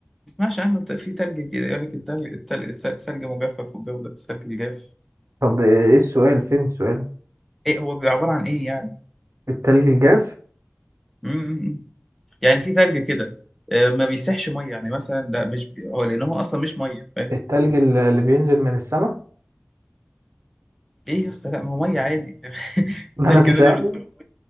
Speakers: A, in the centre; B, on the right.
A: ما تسمعش عنه ت- في تلج كده يقول لك التلج التلج السل- سلج مجفف والجو ده التلج الجاف
B: طب ايه إيه السؤال فين السؤال
A: ايه هو بيبقى عباره عن ايه يعني
B: التلج الجاف
A: مم. يعني في ثلج كده آه، ما بيسحش ميه يعني مثلا لا مش بي... هو لان هو اصلا مش ميه فاهم
B: التلج ال- اللي بينزل من السماء
A: ايه يا اسطى لا ما هو ميه عادي <laughs>
B: <laughs> ما
A: الثلج
B: انا مش
A: اللي
B: عارف
A: نزل بالصوت